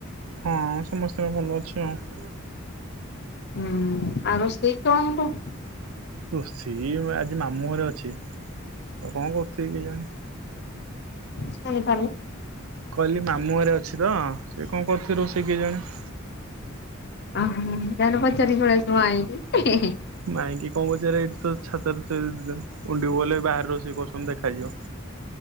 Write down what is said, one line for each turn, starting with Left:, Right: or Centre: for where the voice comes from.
Right: ହଁ ସମସ୍ତ ଙ୍କ ର ଭଲ ଅଛି ଆଉ।
Left: ହୁଁ ଆଉ ରୋଷେଇ କଣ ହବ?
Right: ରୋଷେଇ ଆଉ ଆଜି ମାମୁଁ ଘରେ ଅଛି ତ କଣ କରୁଥିବେ କେଜାଣି।
Left: ଶୁଣି ପାରୁନି?
Right: ମୁଁ କହିଲି ମାମୁଁ ଘରେ ଅଛି ତ ସେ କଣ କରୁଥିବେ ରୋଷେଇ କେ ଜାଣେ।
Left: ଅହୋ, ଯାଉନ ପଚାରିକି ପଳେଇ ଆସିବ ମାଇଁ କି? ହେ- ହେ
Right: ମାଇଁକି କଣ ପଚାର ଏଇଠି ତ ଛାତରେ ସେ ଉ <unintelligible> ଗଲେ ବାହାରେ ରେଷେଇ କରୁଛନ୍ତି ଦେଖାଯିବ।